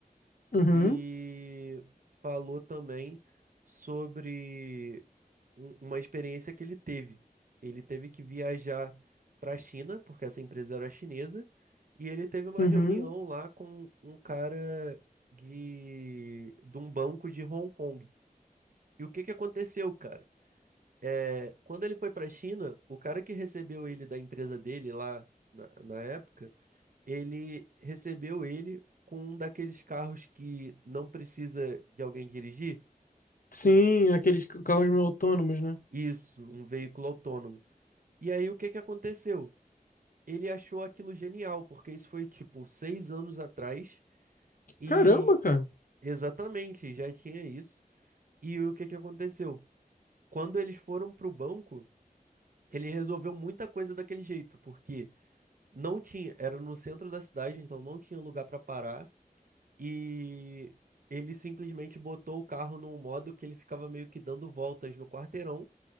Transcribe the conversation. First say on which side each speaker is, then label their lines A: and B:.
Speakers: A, on the left (about 65°); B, on the right (about 65°).
A: Uhum,
B: e falou também sobre um- uma experiência que ele teve. Ele teve que viajar para a China, porque essa empresa era chinesa, e ele teve uma
A: uhum.
B: reunião lá com um cara de, de um banco de Hong Kong. E o que que aconteceu, cara? É, quando ele foi para a China, o cara que recebeu ele da empresa dele lá na na época ele recebeu ele com um daqueles carros que não precisa de alguém dirigir.
A: Sim, aqueles ca- carros meio autônomos, né?
B: Isso, um veículo autônomo. E aí o que que aconteceu? Ele achou aquilo genial, porque isso foi tipo seis anos atrás e
A: Caramba, cara.
B: exatamente já tinha isso. E o que que aconteceu? Quando eles foram para o banco, ele resolveu muita coisa daquele jeito, porque não tinha, era no centro da cidade, então não tinha lugar para parar. E ele simplesmente botou o carro num modo que ele ficava meio que dando voltas no quarteirão.